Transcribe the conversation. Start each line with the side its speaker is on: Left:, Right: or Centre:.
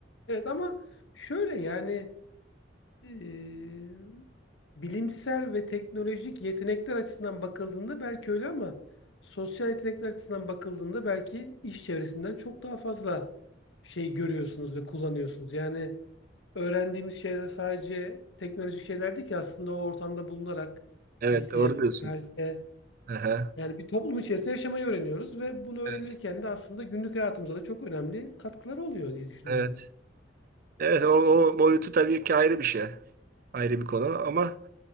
Left: Evet ama şöyle yani eee, bilimsel ve teknolojik yetenekler açısından bakıldığında belki öyle ama sosyal yetenekler açısından bakıldığında belki iş çevresinden çok daha fazla şey görüyorsunuz ve kullanıyorsunuz. Yani öğrendiğimiz şeyler sadece teknolojik şeyler değil ki aslında o ortamda bulunarak
Right: Evet
Left: lise,
Right: doğru diyorsun.
Left: üniversite
Right: Aha,
Left: yani bir toplum içerisinde yaşamayı öğreniyoruz ve bunu öğrenirken
Right: evet.
Left: de aslında günlük hayatımıza da çok önemli katkıları oluyor diye düşünüyorum
Right: Evet.
Left: ben.
Right: Evet o, o boyutu tabii ki ayrı bir şey. Ayrı bir konu ama